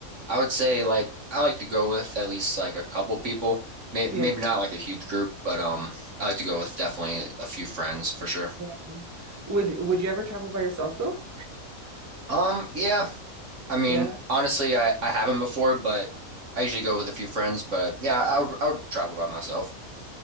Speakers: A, on the right (about 60°); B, on the right (about 20°).
A: I would say like I like to go with at least like a couple people. May maybe
B: Yeah.
A: not like a huge group, but um I like to go with definitely a few friends for sure.
B: Yeah. Would would you ever travel by yourself though?
A: Um, yeah. I mean,
B: Yeah.
A: honestly, I, I haven't before, but I usually go with a few friends. But yeah, I would I would travel by myself. <laughs>